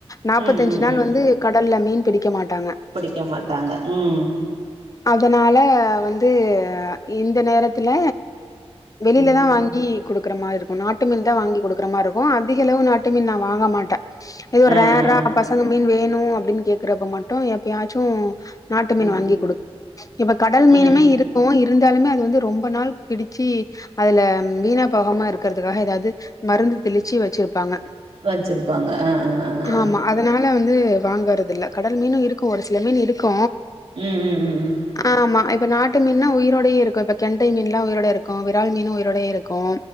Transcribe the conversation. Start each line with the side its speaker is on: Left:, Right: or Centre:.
Left: நாப்பத்தஞ்சு
Right: ம் ம்
Left: நாள் வந்து கடல்ல மீன் பிடிக்க மாட்டாங்க
Right: புடிக்க மாட்டாங்க ம்
Left: அதனால வந்து இந்த நேரத்துல வெளில
Right: ம்
Left: தா வாங்கி குடுக்குற மாரி இருக்கு நாட்டு மீன் தா வாங்கி குடுக்குற மாரி இருக்கு அதிக அளவு நாட்டு மீன் நா வாங்க மாட்டே எதுவும்
Right: ஆ
Left: ரேரா
Right: ஆ ஆ
Left: பசங்க மீன் வேனும் அப்டின்னு கேக்குறப்ப மட்டு எப்பயாச்சோ நாட்டு மீன்
Right: ம்
Left: வாங்கி
Right: ம்
Left: குடு இப்ப கடல் மீனுமே
Right: ம் ம்
Left: இருக்கு இருந்தாலுமே அது வந்து ரொம்ப நாள் பிடிச்சி அதுல வீணா போகம இருக்கறதுக்காக ஏதாது மருந்து தெளிச்சி வச்சிருப்பாங்க
Right: வச்சிருப்பாங்க அ அ அ
Left: ஆமா அதனால வந்து வாங்கறத இல்ல கடல் மீனு இருக்கு ஒரு சில மீன் இருக்கு
Right: உம் ம் ம்
Left: ஆமா இப்ப நாட்டு மீன்னா உயிரோடய இருக்கொ இப்ப கெண்டை மீன்லா உயிரோட இருக்கு விரால் மீனு உயிரோடய இருக்கு